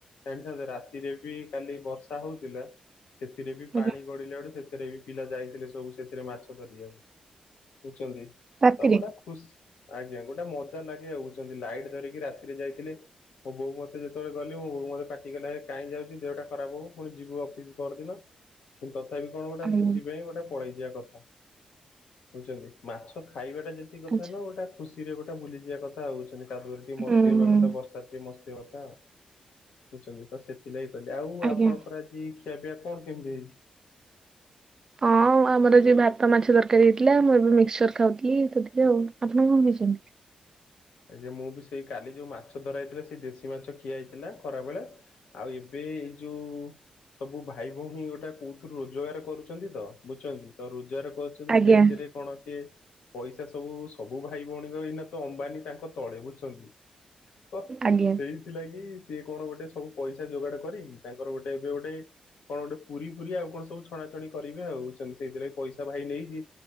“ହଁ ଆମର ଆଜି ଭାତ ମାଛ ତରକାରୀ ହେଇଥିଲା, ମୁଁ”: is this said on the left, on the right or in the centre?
Right